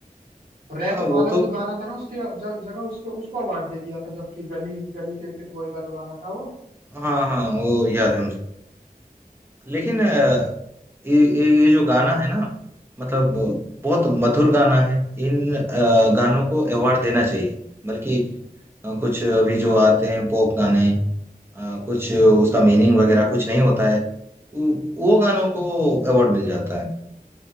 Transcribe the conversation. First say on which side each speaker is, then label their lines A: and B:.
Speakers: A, on the right; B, on the right.
A: रैप
B: हाँ
A: वाला
B: वो तो
A: जो गाना था ना उसकी ज- जगह उसके उसको अवार्ड दे दिया था जबकि गली गली क्रिकेट बॉय का जो गाना था वो
B: हाँ हाँ वो याद है मुझे लेकिन अ, ये ये ये जो गाना है ना मतलब बहुत मधुर गाना है इन अ, गानों को अवार्ड देना चाहिए बल्कि अ, कुछ अभी जो आते हैं पॉप गाने अ, कुछ उसका मीनिंग वगैरह कुछ नहीं होता है वो वो गानों को अवार्ड मिल जाता है